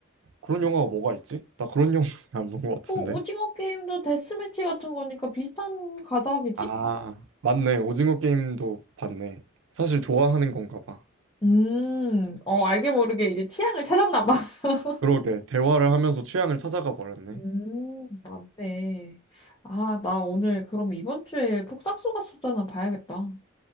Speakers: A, on the right; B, on the left.
A: 그런 영화가 뭐가 있지? 나 그런 <laughs> 영화는 안 본 것 같은데.
B: 또 오징어 게임도 데스매치 같은 거니까 비슷한 가닥이지?
A: 아, 맞네. 오징어 게임도 봤네. 사실 좋아하는 건가 봐.
B: 음, 어, 알게 모르게 이제 취향을 찾았나 봐. <laughs>
A: 그러게. 대화를 하면서 취향을 찾아가 버렸네.
B: 음, 맞네. 아, 나 오늘 그럼 이번 주에 폭삭소가 수다나 봐야겠다.